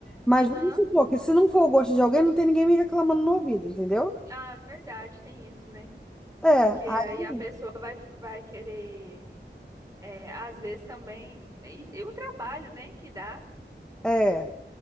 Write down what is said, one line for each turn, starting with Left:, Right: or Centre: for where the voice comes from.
Centre: mas
Right: Aham.
Centre: vamos supor que se não for o gosto de alguém, não tem ninguém me reclamando no ouvido, entendeu?
Right: Ah, verdade, tem isso, né?
Centre: É,
Right: Que
Centre: aí,
Right: aí a pessoa vai, vai querer, é, às vezes também, né, e, e o trabalho, né, que dá.
Centre: é,